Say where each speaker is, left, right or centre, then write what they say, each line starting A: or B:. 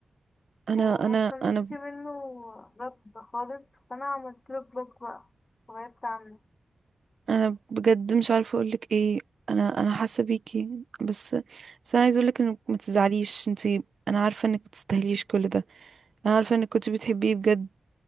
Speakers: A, on the right; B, on the left.
A: انا
B: وما
A: انا
B: استنيتش
A: انا
B: منه رد خالص فانا عملت له بلوك بقى وغيرت عنه
A: انا بجد مش عارفة اقولك ايه انا انا حاسة بيكي بس بس انا عايزة اقولك انك ما تزعليش انتي انا عارفة انك ما تستاهليش كل ده انا عارفه انك كنت بتحبيه بجد